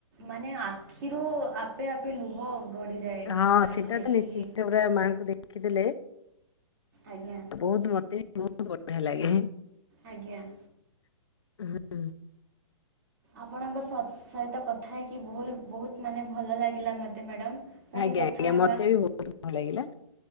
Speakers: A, on the right (about 45°); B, on the left (about 60°).
A: ମାନେ ଆଖିରୁ ଆପେ ଆପେ ଲୁହ ଗଡ଼ିଯାଏ
B: ହଁ
A: ତାକୁ
B: ସେଟା
A: ଦେଖିକି
B: ତ ନିଶ୍ଚିତ ଭାବରେ ମାଆଙ୍କୁ ଦେଖିଦେଲେ।
A: ଆଜ୍ଞା
B: ବହୁତ ମତେ। ବହୁତ ବଢିଆ ଲାଗେଁ।
A: ଆଜ୍ଞା <inaudible>
B: <unintelligible>
A: ଆପଣଙ୍କ ସହିତ କଥା ହେଇକି ବହୁତ ମାନେ ଭଲ ଲାଗିଲା ମୋତେ ମ୍ୟାଡ଼ମ୍ ପୁଣି
B: ଆଜ୍ଞା
A: କଥା
B: ଆଜ୍ଞା
A: ହେବା
B: ମତେ ବି ବହୁତ ଭଲ ଲାଗିଲା।